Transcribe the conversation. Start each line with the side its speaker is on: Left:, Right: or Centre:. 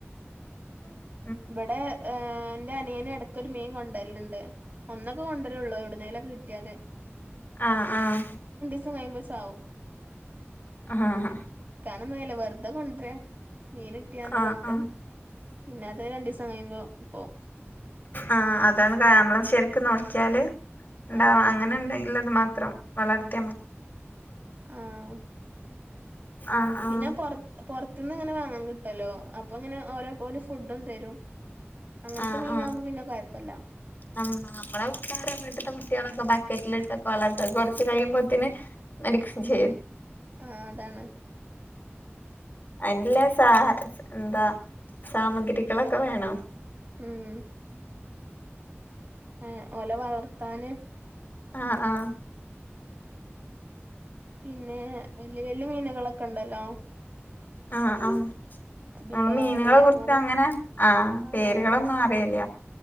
Left: <unintelligible>
Right: ഇവടെ ഏൻ ന്റെ അനിയനെടക്കൊരു മീൻ കൊണ്ടര്ല്ണ്ട് ഒന്നൊക്കൊ കൊണ്ട്രോള്ളൂ എവ്ട്ന്നേലൊക്കെ കിട്ട്യാല്
Left: ആഹ ആഹ
Right: ച്ച് കയ്യുമ്പ ചാവും
Left: അ ഹ അ ഹ
Right: എന്നുയ്ല വെർതെ കൊണ്ട്രാ മീനിഇട്ടി പർന്
Left: ആഹ്
Right: കൊണ്ട്രും
Left: ആഹ്
Right: പിന്നത് രണ്ടീസം കയ്യുമ്പോ പ്പോ
Left: ആഹ അതാണ് കേമറ ശെരിക്ക് ന്നോക്കിയാല് ഇണ്ടാവാ
Right: ആഹ്
Left: അങ്ങനെന്തെങ്കിലത് മാ ത്രം വളർത്തിയാ മതി
Right: ആഹ
Left: ആഹ് ആഹ്
Right: പിനെ പൊറത് പൊറത് ത്ത്ന്ന് ങ്ങനെ വാങ്ങാൻ കിട്ടൊല്ലോ അപ്പൊ ഇങ്ങനെ ഓരോ ഓല് ഫുഡും തരും അങ്ങനത്തെ
Left: ആഹ
Right: മീനാകുമ്പോ പിന്നെ കൊഴപ്പല്ല
Left: ആഹ നമ്മളെ കുട്ടാര വീട്ട്ത്തെ കുട്ടികള ഒക്ക ബക്കറ്റ്ലിട്ടൊക്കെ വളർത്ത കൊറച്ച് കയ്യുമ്പത്തിന് മഡക്കു ചെയ്യും
Right: ആഹ അതാണ്
Left: അൻല്ല സാഹ എന്താ സാമഗ്രികളൊക്കെ വേണം
Right: ഉം ഏ ഓല വളർത്താന്
Left: ആഹ ആഹ
Right: പിന്നെ വെല്യ വെല്യ മീനുകളൊക്ക്‌ണ്ടല്ലോ
Left: ആ ആ ഇപ്പളും
Right: ബിലാല്
Left: മീനുകളെ കുറിച്ചങ്ങനെ
Right: അങ്ങനെ
Left: ആ
Right: ആഹ്
Left: പേരുകളൊന്നും
Right: ആഹ്
Left: അറിയില്ല